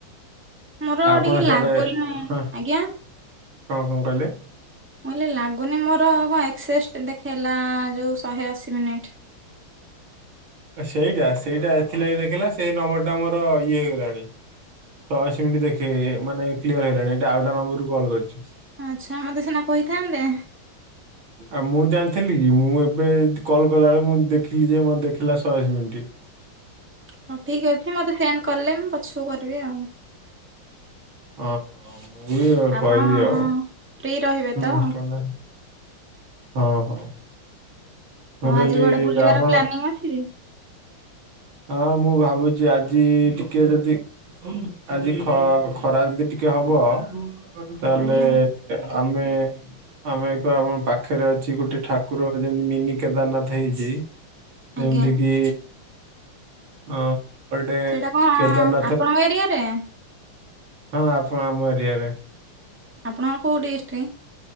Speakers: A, in the centre; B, on the right.
A: ମୋର
B: ଆପଣ
A: ଟିକେ
B: ସିଆଡେ,
A: ଲାଗୁନି
B: ହ କଣ
A: ଆଜ୍ଞା।
B: କଣ କହିଲେ?
A: ମୁଁ କହିଲେ ଲାଗୁନି ମୋର କଣ ଏକ୍ସେ ଦେଖେଇଲା ଯୋଉ ଶହେ ଅଶୀ ମିନିଟ୍।
B: ସେଇଟା ସେଇଟା ଏଥିଲାଗି ଦେଖେଇଲା ସେଇ ନମ୍ବର ଟା ମୋର ଇଏ ହେଇଗଲାଣି। ହ ସେମିତି ଦେଖେ ମାନେ କ୍ଲିୟର ହେଇଗଲାଣି, ଏଟା ଆଉଟା ନମ୍ବର ରୁ କଲ୍ କରିଛି।
A: ଆଛା, ମତେ ସିନା କହିଥାନ୍ତେ।
B: ଆଉ ମୁଁ ଜାଣିଥିଲି କି ମୁଁ ଏବେ କଲ କଲାବେଳେ ମୁଁ ଦେଖିଲି ଯେ ମତ ଦେଖିଲା ଶହେ ଅସି ମିଣ୍ଟିି।
A: ହଉ ଠିକ୍ ଅଛି, ମତେ ସେଣ୍ଡ କଲେ ମୁଁ ପଛକୁ କରିବି ଆଉ।
B: ହଁ ମୁଁ ବି ଆଉ
A: ଆପଣ
B: କହିବି ଆଉ।
A: ଫ୍ରି ରହିବେ
B: ହୁଁ
A: ତ?
B: କହୁନା ହଁ ହଁ। ମୁଁ
A: ଆଉ
B: କହିଲି
A: ଆଜି କୁଆଡେ ବୁଲିବାର
B: ଆପଣ?
A: ପ୍ଲାନିଂ ଅଛି?
B: ହଁ ମୁଁ ଭାବୁଛି ଆଜି ଟିକେ ଯଦି ଆଜି ଖ ଖରା ଅଦି ଟିକେ ହବ ତାହେଲେ
A: ଆଜ୍ଞା
B: ଆମେ ଆମେ ଏକ ଆମ ପାଖରେ ଅଛି ଗୋଟେ ଠାକୁର ଯେମତି ମିନି କେଦାରନାଥ ହେଇଚି ଯେମିତି
A: ଆଜ୍ଞା
B: କିି ଆ ପରଡେ
A: ସେଇଟା କଣ
B: କେଦାରନାଥରେ
A: ଆପଣଙ୍କ ଏରିଆରେ
B: ହଁ ଆପ ଆମ ଏରିଆରେ।
A: ଆପଣଙ୍କ କୋଉଁ ଦିଷ୍ଟ?